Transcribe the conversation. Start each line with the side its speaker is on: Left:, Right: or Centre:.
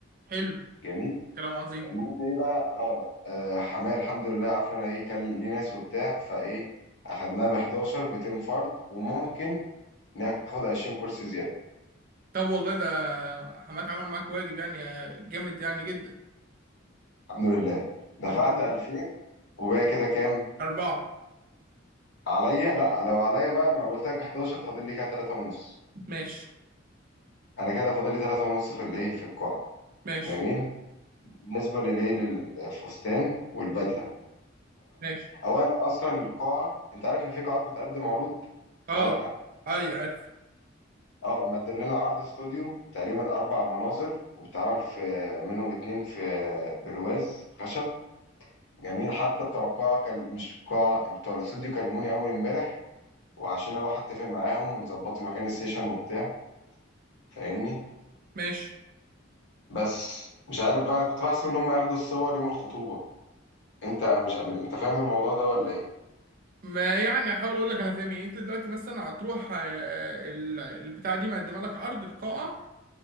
Right: حلو
Left: جميل
Right: كلام عظيم
Left: المهم ايه بقى اه آه، حماية الحمد لله عرفنا انا ايه كان ليه ناس وبتاع فايه اخدناها ب 11 200 فرد وممكن ناخد 20 كرسي زياده
Right: طب والله ده حماك عمل معاك واجب يعني جامد يعني جدا
Left: الحمد لله دفعت
Right: الحمد لله
Left: 2000 وباقي كده كام
Right: أربعة
Left: عليا لا لو عليا بقى ما قلت لك 11 فاضل لي كده 3 ونص
Right: ماشي
Left: انا كده فاضل لي 3 ونص في الايه في القاعة
Right: ماشي
Left: جميل بالنسبة للايه للفستان والبدلة
Right: ماشي
Left: اولا اصلا القاعة انت عارف ان في قاعات بتقدم عروض
Right: اه
Left: ولا لا
Right: اي عارف
Left: اه مقدم لنا عرض استوديو تقريبا اربع مناظر وبتعمل في منهم اتنين في برواز خشب جميل حتى بتوع القاعة كان مش القاعة بتوع الاستوديو كلموني اول امبارح وعشان اروح اتفق معاهم ونظبط مكان السيشن وبتاع فاهمني
Right: ماشي
Left: بس مش عارف بقى انا كنت بحسب ان هم ياخدوا الصور يوم الخطوبة انت مش انت فاهم الموضوع ده ولا ايه
Right: ما يعني هحاول اقول لك انا فاهم ايه انت دلوقتي مثلا هتروح آه، ال- البتاعه دي مقدمه لك عرض القاعه